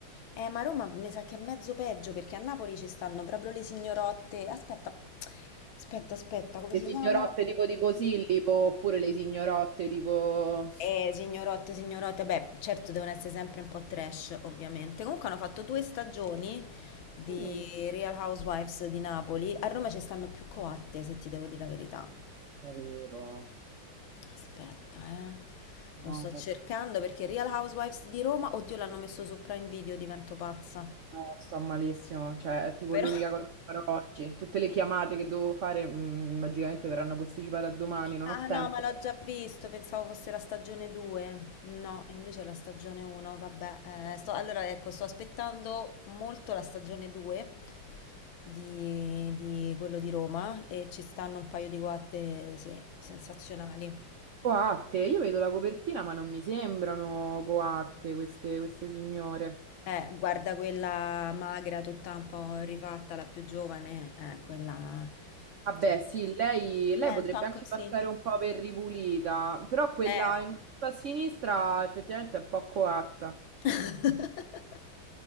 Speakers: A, on the left; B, on the right.
A: Eh, ma Roma mi sa che è mezzo peggio perché a Napoli ci stanno proprio le signorotte. Aspetta, aspetta, aspetta, come
B: Le
A: si
B: signorotte
A: chiama?
B: tipo di Posillipo, oppure le signorotte tipo...
A: Eh, signorotte, signorotte, beh, certo devono essere sempre un po' trash, ovviamente. Comunque hanno fatto due stagioni di
B: Mm.
A: Real Housewives di Napoli. A Roma ci stanno più coatte, se ti devo dire la verità.
B: Davvero?
A: Aspetta, eh.
B: No,
A: Lo sto
B: vabbè.
A: cercando perché Real Housewives di Roma, oddio, l'hanno messo su Prime Video, divento pazza.
B: No, sto malissimo, cioè è tipo
A: Però,
B: l'unica
A: <laughs>
B: cosa che farò oggi. Tutte le chiamate che devo fare, mh, magicamente verranno posticipate a domani, non
A: ah
B: ho tempo.
A: no, ma l'ho già visto, pensavo fosse la stagione 2. No, invece è la stagione 1, vabbè. eh, sto- allora, ecco, sto aspettando molto la stagione 2 di, di quello di Roma e ci stanno un paio di guatte, sì, sensazionali.
B: Coatte, io vedo la copertina, ma non mi sembrano coatte queste, queste signore.
A: Eh, guarda quella magra, tutta un po' rifatta, la più giovane, eh, quella...
B: Vabbè,
A: cioè,
B: sì, lei, lei
A: È
B: potrebbe
A: un po'
B: anche
A: così.
B: passare un po' per ripulita, però quella
A: Eh.
B: in basso a sinistra effettivamente è un po' coatta.
A: <laughs>